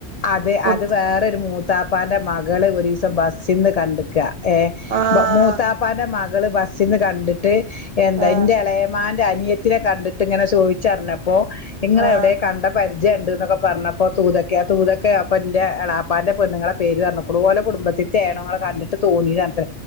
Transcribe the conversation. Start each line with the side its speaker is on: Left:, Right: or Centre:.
Left: അതെ
Right: കൊടുത്ത്
Left: അത് വേറരു മൂത്താപ്പാന്റെ മകള് ഒരു ദിവസം ബസ്ന്, കണ്ടക്ക ഏ
Right: ആഹ്
Left: മൂത്താപ്പാന്റെ മകള് ബസിൽന്ന് കണ്ടിട്ട്. ന്റെ
Right: ആഹ്
Left: ഇളയമാന്റെ അനിയത്തിനെ കണ്ടിട്ട് ഇങ്ങനെ ചോദിച്ചറിഞ്ഞപ്പോ നിങ്ങളെ
Right: ആഹ്
Left: എവിടെ കണ്ട പര <inaudible> പറഞ്ഞപ്പോ. തൂതക്ക അപ്പ എ ളപ്പാന്റെ പെണ്ങ്ങള പേര് പറഞ്ഞപ്പോ <unintelligible> ണങ്ങളെകണ്ടിട്ട്തോന്നിയത്,